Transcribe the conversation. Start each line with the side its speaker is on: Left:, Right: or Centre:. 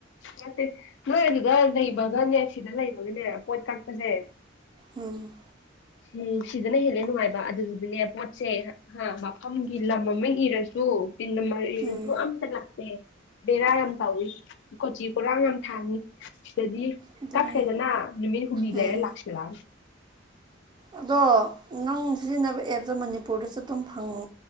Left: ꯅꯠꯇꯦ ꯅꯣꯏ ꯑꯗꯨꯒ ꯂꯩꯕꯒꯅꯦ ꯁꯤꯗ ꯂꯩꯕꯒꯅꯦ ꯄꯣꯠ ꯀꯛꯄꯁꯦ
Right: ꯎꯝ
Left: ꯎꯝ ꯁꯤꯗꯅ ꯍꯦꯟꯅꯦ ꯅꯨꯡꯉꯥꯏꯕ ꯑꯗꯨꯗꯨꯗꯤꯅꯦ ꯄꯣꯠꯁꯦ ꯍꯥ ꯃꯐꯝꯒꯤ ꯂꯝ ꯑꯃ ꯏꯔꯁꯨ ꯋꯥꯔꯤꯁꯨ
Right: ꯎꯝ
Left: ꯑꯝꯇ ꯂꯥꯛꯇꯦ ꯕꯦꯔꯥ ꯌꯥꯝ ꯇꯧꯏ ꯀꯣꯆꯤ ꯀꯣꯔꯥꯡ ꯌꯥꯝ ꯊꯥꯡꯏꯤ ꯁꯤꯗꯗꯤ
Right: ꯑꯗꯨꯅꯦ
Left: ꯀꯛꯈ꯭ꯔꯦꯗꯅ ꯅꯨꯃꯤꯠ ꯍꯨꯝꯅꯤ
Right: ꯎꯝ
Left: ꯂꯩꯔ ꯂꯥꯛꯁꯔꯥ
Right: ꯑꯗꯣ ꯅꯪ ꯁꯤꯖꯤꯟꯅꯕ ꯑꯦꯞꯇꯣ ꯃꯅꯤꯄꯨꯔꯗꯁꯨ ꯑꯗꯨꯝ ꯐꯪ